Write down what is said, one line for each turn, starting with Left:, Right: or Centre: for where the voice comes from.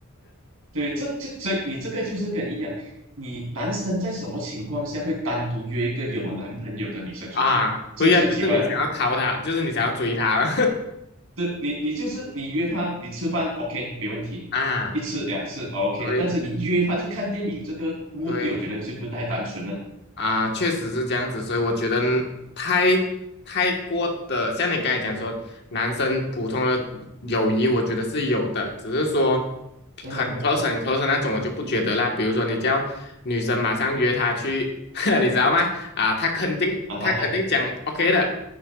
Right: 对，这这所以你这个就是跟一样，你男生在什么情况下会单独约一个有男朋友的女生出去？
Left: <laughs> 啊，
Right: 这这很奇怪啊！
Left: 对呀、就是你想要逃他，就是你想要追他了
Right: 这你你就是你约她，你吃饭 OK 没问题，
Left: <laughs> 啊，
Right: 一次两次 OK，
Left: 对
Right: 但是你约她去看电影，这个目的我觉得就不太单纯了。
Left: 对。啊，确实是这样子，所以我觉得太太过的，像你刚才讲说，男生普通的友谊，我觉得是有的，只是说
Right: <laughs>
Left: 很 close 很 close 的那种，我就不觉得啦。比如说你叫女生马上约他去，<laughs> 你知道吗？啊，他肯定他肯定讲
Right: 啊哈哈，
Left: OK 的，